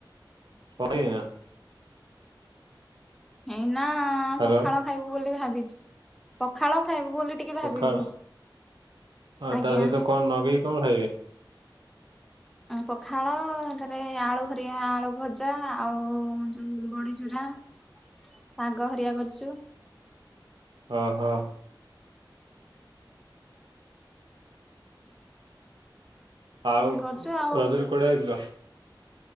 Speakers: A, on the right (about 70°); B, in the centre.
A: ପଗେ ୟାଁ।
B: ଏଇନା
A: ହ୍ୟାଲୋ
B: ପଖାଳ ଖାଇବୁ ବୋଲି ଭାବିଛି ପଖାଳ ଖାଇବୁ ବୋଲି ଟିକେ ଭାବିଛୁ
A: ପଖାଳ, ଆଉ
B: ଆଜ୍ଞା।
A: ତା ସହିତ କଣ ନଗେଇକି କଣ ଖାଇବେ?
B: ଆଉ ପଖାଳ, ତାଥିରେ ଆଳୁ ହରିଆ ଆଳୁ ଭଜା ଆଉ ଯେଉ ବଡ଼ି ଚୁରା। ଶାଗ ହରିଆ କରିଛୁ।
A: ଓହୋ। ଆଉ
B: ଏମିତି କରିଛୁ ଆଉ
A: ରଜରେ କୁଆଡେ ଯାଇଥିଲ?